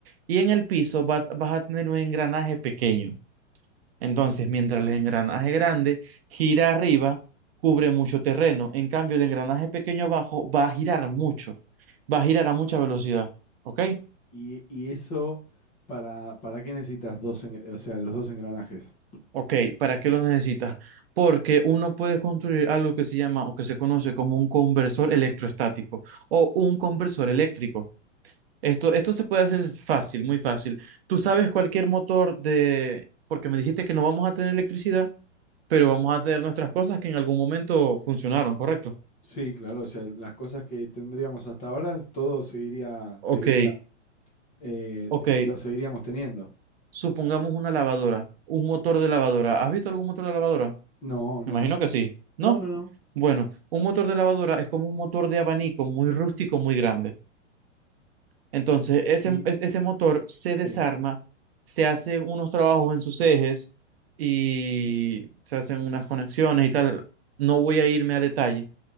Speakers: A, on the right (about 55°); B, on the left (about 20°).
A: Y en el piso va- vas a tener un engranaje pequeño. Entonces, mientras el engranaje grande gira arriba, cubre mucho terreno. En cambio, el engranaje pequeño abajo va a girar mucho, va a girar a mucha velocidad. ¿Ok?
B: ¿Y, y eso para, para qué necesitas dos, engr- o sea, los dos engranajes?
A: Ok, ¿para qué lo necesitas? Porque uno puede construir algo que se llama o que se conoce como un conversor electrostático o un conversor eléctrico. Esto, esto se puede hacer fácil, muy fácil. Tú sabes cualquier motor de... porque me dijiste que no vamos a tener electricidad, pero vamos a tener nuestras cosas que en algún momento funcionaron, ¿correcto?
B: Sí, claro, o sea, las cosas que tendríamos hasta ahora, todo seguiría,
A: Ok,
B: seguiría, eh,
A: ok.
B: lo seguiríamos teniendo.
A: Supongamos una lavadora, un motor de lavadora. ¿Has visto algún motor de lavadora?
B: No, no.
A: Me imagino que sí. ¿No?
B: No, no, no.
A: Bueno, un motor de lavadora es como un motor de abanico muy rústico, muy grande. Entonces,
B: Ok,
A: ese,
B: y
A: es- ese motor se
B: sí.
A: desarma, se hacen unos trabajos en sus ejes y se hacen unas conexiones y tal. No voy a irme a detalle,